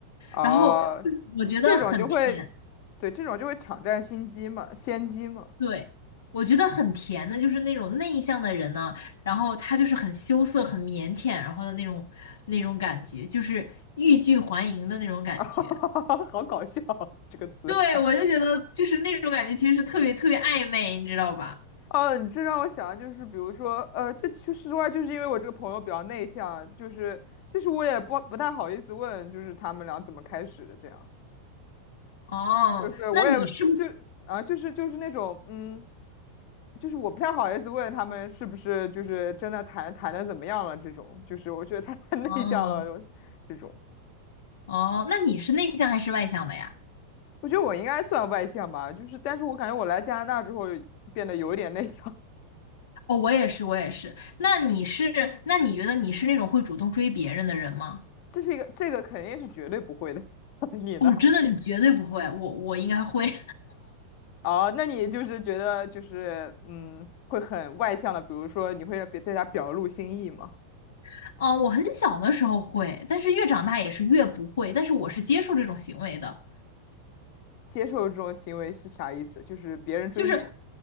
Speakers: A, on the left; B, on the left.
A: 啊？
B: 然后就是我觉得很甜，
A: 这种就会，对，这种就会抢占心机嘛，先机嘛。
B: 对，我觉得很甜的，就是那种内向的人呢，然后他就是很羞涩、很腼腆，然后的那种那种感觉，就是欲拒还迎的那种感觉。
A: <laughs> 啊，好搞笑这个词。
B: 对，我就觉得就是那种感觉，其实是特别特别暧昧，你知道吧？
A: 哦，你这让我想，就是比如说，呃，这其实实话，就是因为我这个朋友比较内向，就是其实我也不不太好意思问，就是他们俩怎么开始的这样。
B: 哦，
A: 就是我也就啊，
B: 那你是不是？
A: 就是就是那种嗯，就是我不太好意思问他们是不是就是真的谈谈的怎么样了这种，就是我觉得他 <laughs> 太内向了这种。
B: 哦。哦，那你是内向还是外向的呀？
A: 我觉得我应该算外向吧，就是但是我感觉我来加拿大之后变得有一点内向，
B: 哦，我也是，我也是。那你是，那你觉得你是那种会主动追别人的人吗？
A: 这是一个这个肯定是绝对不会的。<laughs> 你呢？
B: 哦，真的，你绝对不会。我我应该会。
A: 哦，那你就是觉得就是嗯，会很外向的，比如说你会在别在家表露心意吗？
B: <laughs> 哦，我很小的时候会，但是越长大也是越不会。但是我是接受这种行为的，
A: 接受这种行为是啥意思？就是别人追你。
B: 就是